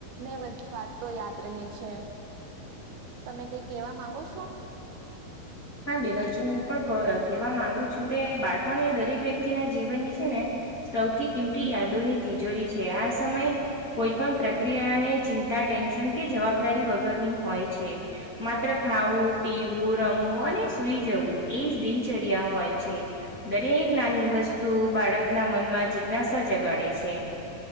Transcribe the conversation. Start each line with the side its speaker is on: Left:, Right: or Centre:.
Right: ને બધી વાતો તો યાદ રહે છે, તમે કઈ કેવા માંગો છો?
Left: હા બેનજ હું પણ કેવા માંગુ છું તે બાળ પણની દરેક વ્યક્તિના જીવનની છે ને સૌથી કિંમતી યાદોની તિજોરી છે, આ સમય કોઈ પણ પ્રક્રિયાને ચિંતા ટેન્શન કે જવાબદારી વગરની હોય છે. માત્ર ખાવું પીવું રમવું મને સુઈ જવું એજ દિનચર્યા હોય છે. દરેક નાની વસ્તુ બાળકના મનમાં જિજ્ઞાસા જગાડે છે.